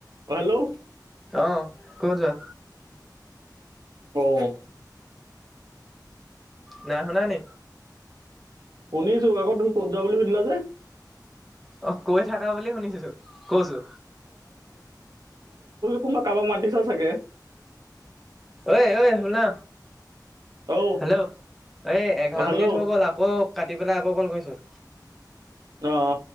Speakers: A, on the right; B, in the centre.
A: অ হেল্ল'
B: অহ ক'ত যোৱা?
A: অ।
B: নাই শুনানি?
A: শুনিছো আকৌ তুমি ক'ত যোৱা বুলি সুধিলা যে?
B: অ কৈ থাকা বুলি শুনিছো কৈছো।
A: কুমা কামাক মাটিছা চাগে।
B: ঐ ঐ শুনা?
A: অ
B: হেল্ল' এই এঘাৰ
A: হেল্ল'
B: মিনিট হৈ গ'ল আকৌ। কাটি পেলাই আকৌ কল কৰিছোঁ
A: অ',